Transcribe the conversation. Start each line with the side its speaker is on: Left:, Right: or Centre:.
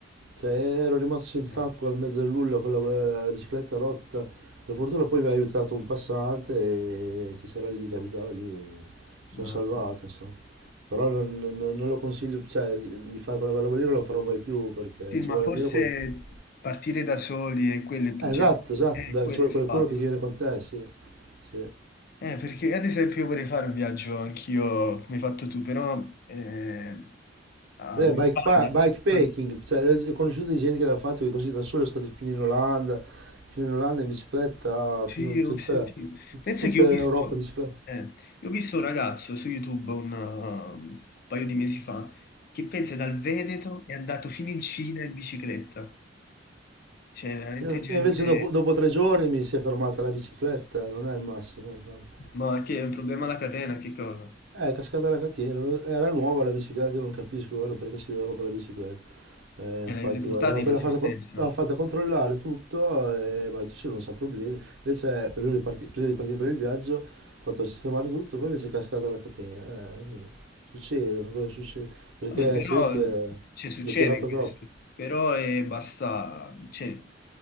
Right: cioè, ero rimasto senza
Left: eh,
Right: acqua in mezzo al nulla con la, eh, la bicicletta rotta, per fortuna poi mi ha aiutato un passante e- che c'era lì, che abitava lì, e mi sono
Left: mamma.
Right: salvato, insomma. Però non, non- non lo consiglio, cioè, di, di fare quella roba lì non lo farò mai più perché
Left: Sì,
Right: ci
Left: ma
Right: vuole
Left: forse
Right: almeno qualcuno.
Left: partire da soli è quello, il-
Right: esatto,
Left: cioè,
Right: esatto,
Left: è
Right: dai,
Left: quello
Right: ci vuole
Left: il
Right: qualcuno
Left: fatto.
Right: che ti viene con te, sì. sì.
Left: Eh, perché ad esempio vorrei fare un viaggio anch'io, come hai fatto tu, però eh, a-
Right: Beh,
Left: in
Right: bike,
Left: Spagna.
Right: pa- bikepacking,
Left: Tanti-
Right: cioè, eh, ho conosciuto di gente che l'ha fatto che così da solo è stati fino in Olanda, fino in Olanda in bicicletta,
Left: Sì,
Right: fino in
Left: ho
Right: tutta,
Left: sentito. Pensa
Right: tutta
Left: che ho
Right: l'Europa
Left: visto,
Right: in bicicletta.
Left: eh, io ho visto un ragazzo su YouTube un, uh, un paio di mesi fa che pensa dal Veneto è andato fino in Cina in bicicletta. C'è veramente
Right: Io-
Left: gente...
Right: io invece dopo, dopo tre giorni mi si è fermata la bicicletta, non è il massimo, insomma.
Left: Ma che è un problema alla catena, che cosa?
Right: Eh, cascata la catena, era nuova la bicicletta, io non capisco guarda, perché si deve rompere la bicicletta. Eh,
Left: Eh,
Right: infatti,
Left: le, le portate
Right: guarda, l'ho appena
Left: in assistenza.
Right: fatta, co- l'ho fatta controllare tutto e mi ha detto sì, non c'ha problemi. Invece, eh, prima di, parti- prima di partire per il viaggio, ho fatto sistemare tutto, poi invece è cascata la catena. Eh, niente, succede, sono cose che succede, perché
Left: Vabbè, però
Right: si vede che
Left: cioè, succede
Right: l'ho tirata
Left: questo,
Right: troppo.
Left: però è basta, cioè,